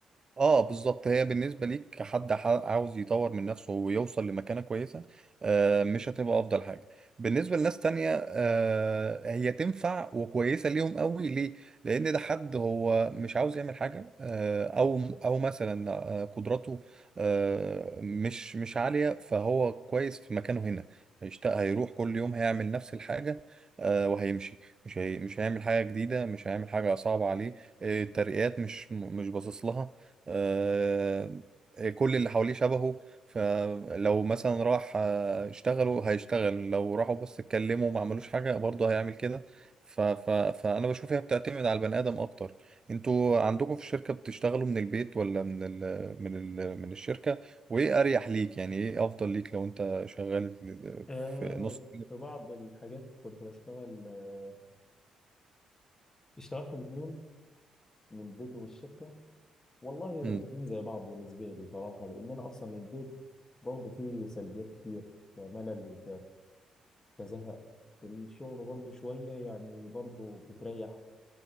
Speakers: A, on the right; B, on the left.
A: اه بالظبط هي بالنسبه ليك كحد ح- عاوز يطور من نفسه ويوصل لمكانه كويسه آه مش هتبقى افضل حاجه بالنسبه لناس تانية آه هي تنفع وكويسه ليهم قوي ليه لان ده حد هو مش عاوز يعمل حاجه آه او او مثلا آه قدراته آه مش مش عاليه فهو كويس في مكانه هنا هيشتاق هيروح كل يوم هيعمل نفس الحاجه آه وهيمشي مش هي مش هيعمل حاجه جديده مش هيعمل حاجه صعبه عليه آه، الترقيات مش مش باصص لها آه، كل اللي حواليه شبهه فلو مثلا راح آه، يشتغلوا هيشتغل لو راحوا بس اتكلموا ما عملوش حاجة برضه هيعمل كده ف ف فأنا بشوف هي بتعتمد على البني آدم أكتر انتوا عندكم في الشركة بتشتغلوا من البيت ولا من ال من ال من الشركة وإيه أريح ليك يعني إيه أفضل ليك لو أنت شغال
B: آه
A: في نص
B: في بعض الحاجات كنت بشتغل آه، اشتغلت الاثنين من البيت ومن الشركه والله
A: امم
B: الاثنين زي بعض بالنسبه لي بصراحه لان انا اصلا البيت برضه فيه سلبيات كتير وملل كزهق الشغل برضه شوية يعني برضه بتريح